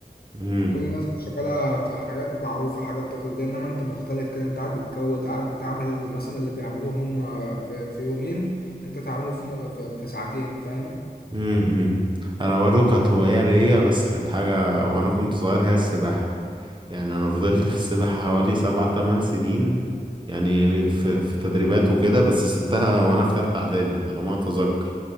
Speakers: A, on the right; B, on the left.
A: امم
B: كل الناس شغالة في حاجات معروفة حاجات تقليدية انما انت مختلف كده انت قاعد بتكود قاعد بتعمل مثلا اللي بيعملوه هم في, في يومين انت تعمله في, نو- في, في ساعتين فاهم؟
A: امم انا برضو كانت هواية ليا بس كانت حاجة وانا كنت صغير هي السباحة يعني انا فضلت في السباحة حوالي سبع تمن سنين يعني في, في تدريبات وكده بس سبتها وانا في تالتة اعدادي انا ما اتذكر